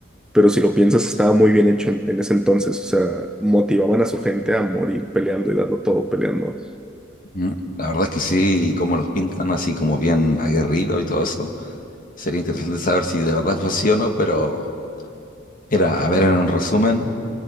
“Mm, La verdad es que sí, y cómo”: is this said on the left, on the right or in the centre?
Left